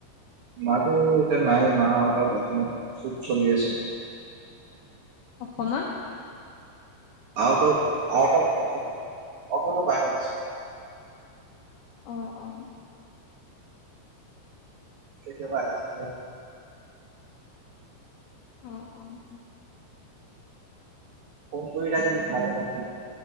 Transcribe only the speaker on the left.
অসমত।
আহ অঁ।
অঁ অঁ অঁ।